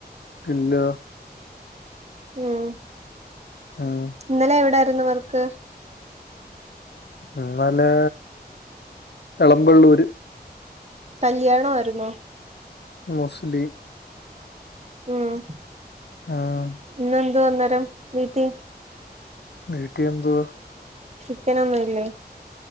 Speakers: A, on the left (about 85°); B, on the right (about 40°).
A: ഇല്ല
B: ഉം
A: ഉം
B: ഇന്നലെ എവിടെ രുന്നു വർക്ക്
A: ഇന്നലെ എളമ്പള്ളൂര്
B: കല്യാണവായിരുന്നോ
A: മുസ്ലീം
B: ഉം
A: ഉം
B: ഇന്നെന്തുവാ ഇന്ന് <unintelligible> വീത്തി
A: വീട്ടി എന്തുവ
B: ചിക്കനൊന്നു ഇല്ലേ